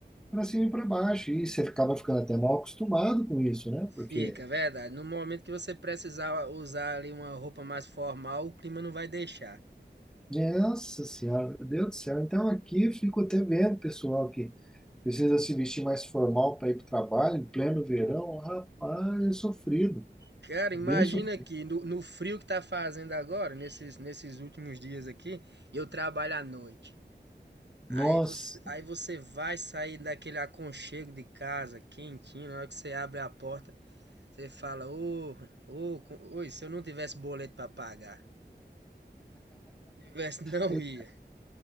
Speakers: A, in the centre; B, on the right.
A: para cima e para baixo. E você acaba ficando até mal acostumado com isso, né? Porque
B: Fica, é verdade. No momento que você precisar usar ali uma roupa mais formal, o clima não vai deixar.
A: Nossa Senhora, meu Deus do céu. Então aqui eu fico até vendo, pessoal, que precisa se vestir mais formal para ir para o trabalho, em pleno verão. Rapaz, é sofrido.
B: Cara,
A: É
B: imagina
A: bem sofrido.
B: aqui, no, no frio que tá fazendo agora, nesses, nesses últimos dias aqui, eu trabalho à noite. Aí
A: Nossa,
B: você, aí você vai sair daquele aconchego de casa, quentinho, na hora que você abre a porta, você fala, ô, ô, co- oi, se eu não tivesse boleto pra pagar, tivesse, não
A: mas
B: ia.